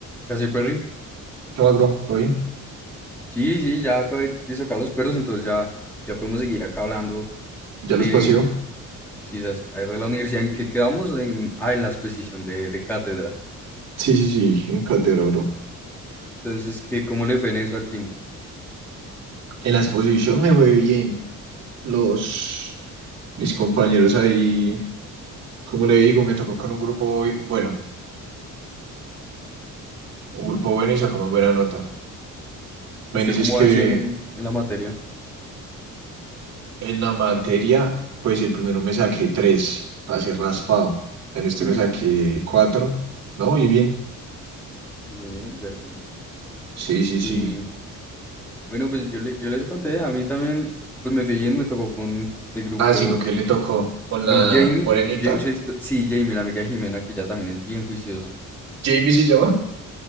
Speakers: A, in the centre; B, on the right.
A: ¿Qué hace, Perry?
B: ¿Qué más, bro? ¿Todo bien?
A: Sí, sí, ya acabé de sacar los perros, entonces ya, ya podemos seguir acá hablando
B: ¿Ya
A: de,
B: los paseó?
A: sí, sas- a ver, de la universidad en que quedamos, en, ah, en la exposición de, de cátedra.
B: Sí, sí, sí, en cátedra, bro.
A: Entonces, ¿qué, cómo le fue en eso al fin?
B: En la exposición me fue bien. Los, mis compañeros ahí, como le digo, me tocó con un grupo, bi- bueno, un grupo bueno y sacamos buena nota.
A: ¿Y
B: Bueno,
A: usted
B: es
A: cómo
B: que
A: va así en, en la materia?
B: en la materia, pues el primero me saqué tres, para ser raspado. En este
A: Mm,
B: me saqué cuatro, ¿no? Y bien.
A: bien, Perry.
B: Sí, sí,
A: Y
B: sí.
A: bueno, pues yo, le, yo les conté, a mí también, pues me fue bien, me tocó con este grupo,
B: Ah, sí, ¿con quién le tocó? Con
A: con
B: la
A: Jamie.
B: morenita.
A: Ja- sí, esto- sí, Jamie, la amiga de Jimena, que ya también es bien juiciosa.
B: Jamie se llama.